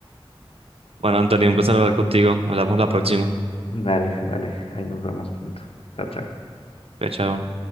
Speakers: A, on the right (about 80°); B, on the left (about 75°).
A: Bueno, Antonio, un placer hablar contigo. Hablamos la próxima.
B: Dale, dale, ahí nos vemos pronto. Chao, chao.
A: Chao, chao.